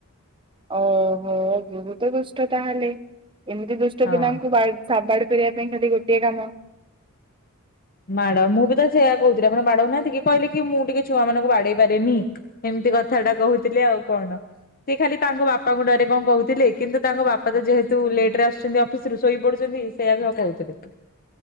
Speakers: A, on the right; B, on the left.
A: ଓହୋ ବହୁତ ଦୁଷ୍ଟ ତାହେଲେ ଏମିତି ଦୁଷ୍ଟ
B: ହଁ।
A: ପିଲାଙ୍କୁ ବାଡି ସାବାଡ କରିବା ପାଇଁ ଖାଲି ଗୋଟିଏ କାମ।
B: ମାଡ ମୁଁ ବି ତ ସେୟା କହୁଥିଲି ଆପଣ ବାଡଉନାହାନ୍ତି କି ଟିକେ କହିଲେ କି ମୁଁ ଟିକେ ଛୁଆ ମାନଙ୍କୁ ବାଡେଇ ପାରେନି। ଏମିତି କଥା ଟା କହୁଥିଲି ଆଉ କଣ? ସେ ଖାଲି ତାଙ୍କ ବାପାଙ୍କୁ ଡରେ କଣ କହୁଥିଲେ କିନ୍ତୁ ତାଙ୍କ ବାପା ତ ଯେହେତୁ ଲେଟରେ ଆସୁଛନ୍ତି ଅଫିସ ଅଫିସରୁ ଶୋଇ ପଡୁଛନ୍ତି ସେଇଆ ବି କହୁଥିଲେ।